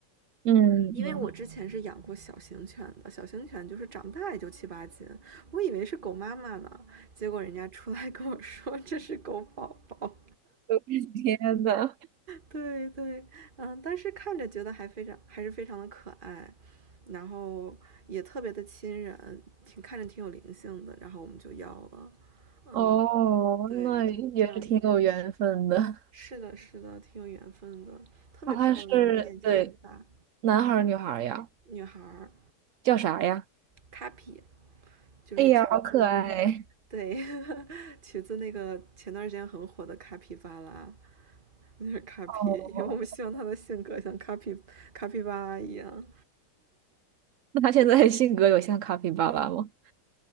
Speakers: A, on the right (about 70°); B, on the right (about 35°).
A: 嗯嗯，
B: 因为我之前是养过小型犬的，小型犬就是长大也就七八斤，我以为是狗妈妈呢，结果人家出来跟我说这是狗宝宝。
A: <laughs> 天呐，
B: 对对，嗯，但是看着觉得还非常还是非常的可爱，然后也特别的亲人，挺看着挺有灵性的，然后我们就要了，嗯，
A: 哦，
B: 对，
A: 那也是挺有缘分的。
B: 就是这样一个故事。是的，是的，挺有缘分的，特别漂亮，
A: 哦，他是，
B: 眼睛很大，
A: 对，男孩儿女孩儿呀？
B: 女孩儿
A: 叫啥呀？
B: ，Kapi，就是取自那个，
A: 哎呀，好可爱！
B: 对，<laughs> 取自那个前段时间很火的卡皮巴拉，那是卡皮，
A: 哦，
B: 因为我们希望她的性格像卡皮卡皮巴拉一样。
A: 那他现在性格有像卡皮巴拉吗？